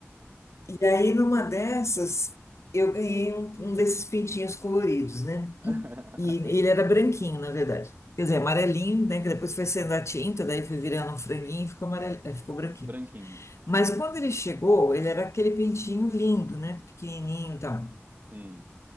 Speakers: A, on the left; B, on the right.
A: E aí, numa dessas, eu ganhei um, um desses pintinhos coloridos, né?
B: <laughs>
A: E ele era branquinho, na verdade. Quer dizer, amarelinho, né? Que depois foi sendo a tinta, daí foi virando um franguinho e ficou amarelo, eh, ficou branquinho.
B: Branquinho,
A: Mas quando ele chegou, ele era aquele pintinho lindo, né? Pequenininho e tal.
B: sim.